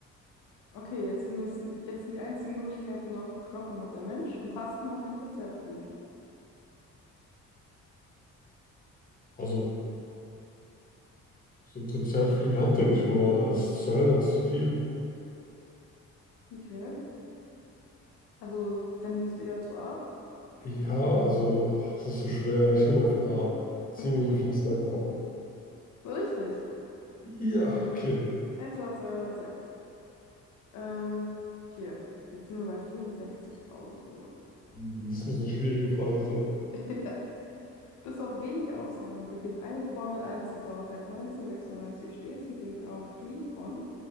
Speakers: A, on the left (about 90°); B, on the left (about 30°).
A: Okay, jetzt sind, es, jetzt sind die einzigen Möglichkeiten noch, Knochen hat der Mensch und Tasten hat ein Konzertflügel.
B: Also so ein Konzertflügel hat der nicht mal. Es ist zu hören, es ist zu viel.
A: Okay, also tendierst du eher zu A?
B: Ja, also es ist so schwer. Ich nehme einfach A. Zieh
A: <laughs> Okay.
B: mir den Pflaster einfach ab.
A: So richtig.
B: Ja, okay.
A: Etwa 206. Ähm, okay. Jetzt sind wir bei 64.000 Euro.
B: Das muss eine schwierige Frage
A: <laughs> Bis auf wenige Ausnahmen beginnt eine Formel-1-Saison seit 1996 stets mit dem Grand Prix von